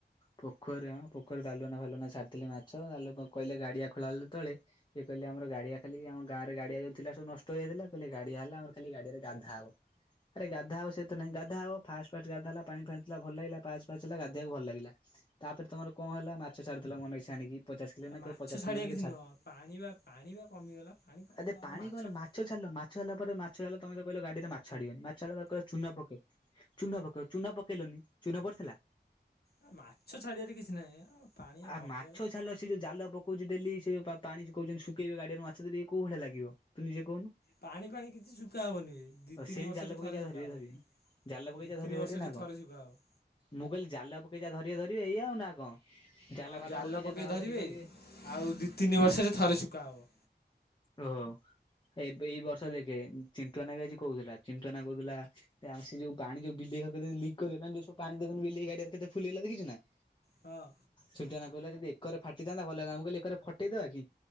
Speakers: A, on the left (about 25°); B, on the left (about 60°).
A: ପୋଖରୀ ହଁ ପୋଖରୀ ଯାଲୁଆ ନାହିଁ ଭାଲୁଆ ନାହିଁ ଛାଡ଼ଥିଲେ ମାଛ ଆଲୋ କହିଲେ ଗାଡିଆ ଖୋଲହେଲେ ତଳେ। ସିଏ କହିଲେ ଆମର ଗାଡିଆ ଖାଲି ଯେ ଆମ ଗାଁ ରେ ଗାଡିଆ ଯଉଥିଲା ସବୁ ନଷ୍ଟଇଥିଲା କହିଲେ ଗାଡିଆ ହେଲା ଆର ଖାଲି ଗଡିରେ ଗାଧା ହବ। ଆରେ ଗାଧା ହଉ ସେ ତ ନାଇଁ ଗାଧା ହବ ଫାଷ୍ଟ ଫାଷ୍ଟ ଗାଧା ହେଲା। ପାଣି ଫାଣିଥିଲା ଭଲ ଲାଗିଲା ପାଆଚ ପାଆଚ ହେଲା ଗାଧେଇବାକୁ ଭଲ ଲାଗିଲା ତାପରେ ତମର। କଣ ହେଲା ମାଛ ଛାଡ଼ିଦେଲା ମନଇଛା ଆଣିକି ପଚାଶ କିଲ
B: ଆ
A: ନାକେ
B: ମାଛ
A: ପଚାଶ
B: ଛାଡିବା
A: କିଲ ନାକେ
B: କିଛି
A: ଛା
B: ନୁହଁ ପାଣି ବା। ପାଣି ବା କମିଗଲା ପାଣି କମ୍
A: ଆରେ
B: ନହେଲେ
A: ପାଣି
B: ମାଛ
A: କଣ ହେଲା
B: କାଇଁ।
A: ମାଛ ଛାଡିଲ ମାଛ ଧରିଲ ପରେ ମାଛ ଧଲ ତମେ ତ କହିଲ ଗାଡିରେ ମାଛଡିବନି ମାଛରିଲା ପରେ କ ଚୁନ ପକେଇବ ଚୁନ ପକେଇବ ଚୁନ ପକେଇଲନି ଚୁନ ପଡିଥିଲା?
B: ଆ ମାଛ ଛାଡିବାରେ କିଛି ନାହିଁ ଆଉ ପାଣିଆ
A: ଆ
B: କମିଗଲା
A: ମାଛ ଛାଡିଲ ସେ ଯୋଉ ଜାଲ ପ କହୁଛି ଡେଲି ସେ ପା ପାଣି କହୁଛନ୍ତି ଶୁକେଇବେ ଗାଡିଆରେ ମାଛ ଧ ଦେବି କୋଉ ଭଳିଆ ଲାଗିବ ତୁ ନିଜେ କହୁନୁ?
B: ପାଣି ଫାଣି କିଛି ଶୁଖା ହବନିବେ ଦି
A: ଆଉ
B: ତିନି
A: ସେମିତି
B: ବର୍ଷରେ
A: ଜାଲ ପକେଇ
B: ଥରେ
A: ଯାହା
B: ଶୁଖା
A: ଧରିବେ
B: ହବ।
A: ଧରିବେ ଜାଲ ପକେଇ
B: ଦି
A: ଯାହା
B: ତିନି
A: ଧରିବେ
B: ବର୍ଷି
A: ଧରିବେ ନା କଣ?
B: ଥରେ ସୁକା ହବ।
A: ମୁଁ କହିଲି ଜାଲ ପକେଇଯା ଧରିବେ ଧରିବେ ଏଇଆଉ ନା କଣ ଜାଲ
B: ହଁ
A: ଫାଲ ପକେଇଯା
B: ପକେଇ
A: ଧରା
B: ଧରିବେ।
A: ଧରି କରିବେ।
B: ଆଉ ଦି ତିନି ବର୍ଷରେ ଥରେ ଶୁକା ହବ।
A: ଓହୋ ଏବେ ଏଇ ବର୍ଷ ଦେଖେ ଚିଟୁଆନା ବି ଆଜି କହୁଥିଲା ଚିଟୁଆନା କହୁଥିଲା ଆମ ସେ ଯୋଉ ପାଣି ଯୋଉ ବିଲେଇ ଘର କତିରେ ଲିକ୍ କରିଗଲା ଯୋଉ ସବୁ ପାଣି ଦେଖୁନୁ ବିଲେଇ ଗାଡିଆରେ କେତେ ଫୁଲ୍ ଗଲା ଦେଖିଚୁନା?
B: ହଁ।
A: ଛୁଟିଆନା କହିଲା ଯଦି ଏକରେ ଫାଟିଥାନ୍ତା ଭଲ ହେଇଥାନ୍ତା ମୁଁ କହିଲି ଏକରେ ଫଟେଇଦବା କି